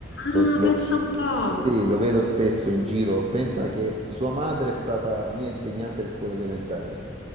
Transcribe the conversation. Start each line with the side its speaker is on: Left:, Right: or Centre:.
Left: Ah,
Right: lo, lo,
Left: pensa un po'.
Right: sì, lo vedo spesso in giro. Pensa che sua madre è stata mia insegnante alle scuole elementari.